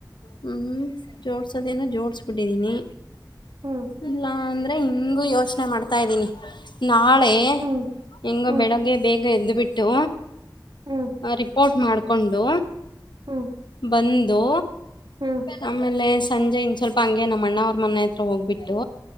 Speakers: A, on the left (about 80°); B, on the right (about 70°).
A: ಹ್ಮ್ ಜೋಡ್ಸೋದ ಏನೋ ಜೋಡಿಸಿ ಬಿಟಿದೀನಿ.
B: ಹ್ಮ್
A: ಇಲ್ಲಾ ಅಂದ್ರೆ ಹಿಂಗು ಯೋಚನೆ. ಊಟ ಮಾಡುತ್ತಾ ಇದೀನಿ ನಾಳೆ
B: ಹ್ಮ್
A: ಹೆಂಗೋ
B: ಹ್ಮ್
A: ಬೆಳಗ್ಗೆ ಬೇಗ ಎದ್ದ್ಬಿಟ್ಟು.
B: ಹ್ಮ್
A: ರಿಪೋರ್ಟ್ ಮಾಡ್ಕೊಂಡು
B: ಹ್ಮ್
A: ಬಂದು.
B: ಹ್ಮ್
A: ಆಮೇಲೆ ಸಂಜೆ ಇನ್ ಸ್ವಲ್ಪ ಹಂಗೆ ನಮ್ಮ ಅಣ್ಣ ಅವ್ರ ಮನೆ ಹತ್ರ ಹೋಗ್ಬಿಟ್ಟು.